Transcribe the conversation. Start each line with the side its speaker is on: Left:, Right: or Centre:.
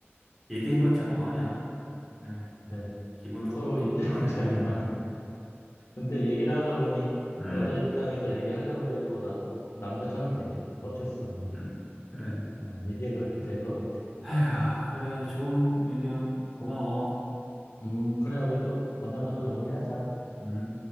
Centre: 얘기해봤자 뭐 하냐. 에휴,
Left: 그래.
Centre: 기분도
Left: 서로
Centre: 좀
Left: 입장
Centre: 그러네.
Left: <laughs> 차이만. 근데 얘기를 하다 보니
Centre: 응,
Left: 여자 입장에서 얘기하려고 해도 나도 남자처럼 되네. 어쩔 수 없네.
Centre: 응 그래.
Left: 어, 얘기가 그렇게 될 것 같아.
Centre: 에휴, 그래 좋은 의견 고마워.
Left: 음, 그래, 우리 또 만나서 또 얘기하자.
Centre: 음.